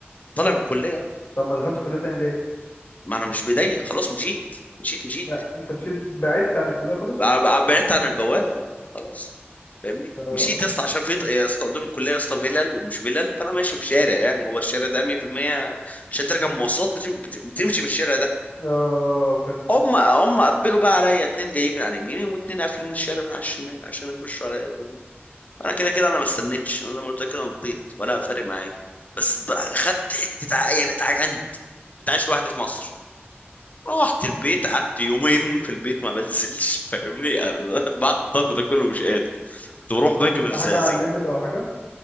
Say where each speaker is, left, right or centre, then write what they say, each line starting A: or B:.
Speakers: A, on the left; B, on the left.
A: طالع من الكلية
B: طب ما دخلتش كلية تاني ليه
A: ما انا مش مضايق خلاص مشيت مشيت مشيت
B: لا انت مشيت بعدت عن الكلية خالص
A: بع- بع- بعدت عن البوابه اه خلاص فاهمني
B: اه
A: مشيت يا اسطى عشان في يا اسطى قدام الكليه يا اسطى فيلل ومش فيلل فانا ماشي في شارع يعني هو الشارع ده 100% عشان تركب مواصلات بتم- بت- بتمشي من الشارع ده
B: اه فهمتك
A: هم هم قبلوا بقى عليا اتنين جايين من على اليمين واتنين قافلين الشارع من على الشمال عشان يخشوا عليا يضربوني انا كده كده انا ما استنيتش انا زي ما قلت لك كده نطيت ولا فارق معايا بس ض- خدت حته ع- يعني اتعجنت ما بتعيش لوحدي
B: مم.
A: في مصر روحت البيت قعدت يومين في البيت ما بنزلش فاهمني <laughs> بعد الضرب ده كله مش قادر كنت بروح باجي من
B: في
A: الزقازيق
B: حاجة على الليميت او حاجة